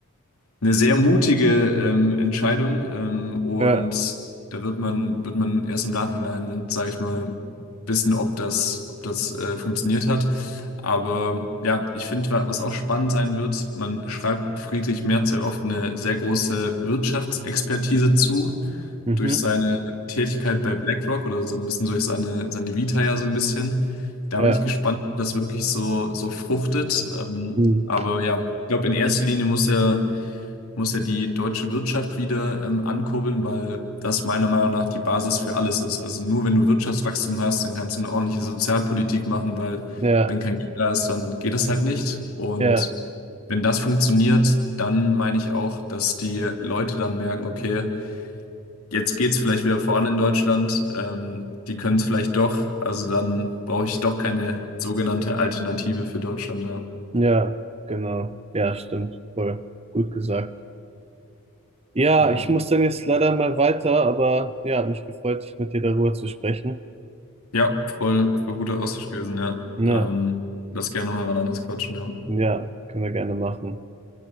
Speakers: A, on the left; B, on the right.
A: eine sehr mutige ähm, Entscheidung ähm, und
B: Ja,
A: da wird man, wird man erst im Nachhinein, sage ich mal, wissen, ob das, ob das äh, funktioniert hat. Aber ja, ich finde, wa- was auch spannend sein wird, man schreibt Friedrich Merz ja oft eine sehr große Wirtschaftsexpertise zu,
B: mhm,
A: durch seine Tätigkeit bei BlackRock oder so ein bisschen durch seine, seine Vita ja so ein bisschen. Da
B: ja,
A: bin ich gespannt, ob das wirklich so, so fruchtet. Ähm,
B: mhm.
A: aber ja, ich glaube, in erster Linie muss er muss ja die deutsche Wirtschaft wieder ähm, ankurbeln, weil das meiner Meinung nach die Basis für alles ist. Also nur wenn du Wirtschaftswachstum hast, dann kannst du eine ordentliche Sozialpolitik machen, weil
B: ja,
A: wenn kein Geld da ist, dann geht das halt nicht. Und
B: ja,
A: wenn das funktioniert, dann meine ich auch, dass die Leute dann merken, okay, jetzt geht's vielleicht wieder voran in Deutschland, ähm, die können es vielleicht doch, also dann brauche ich doch keine sogenannte Alternative für Deutschland, ja.
B: ja, genau. Ja, stimmt. Voll gut gesagt. Ja,
A: Genau.
B: ich muss dann jetzt leider mal weiter, aber ja, hat mich gefreut, mit dir darüber zu sprechen.
A: Ja, voll, voll guter Austausch gewesen, ja.
B: Ja,
A: Ähm, lass gerne nochmal wann anders quatschen, ja.
B: ja, können wir gerne machen.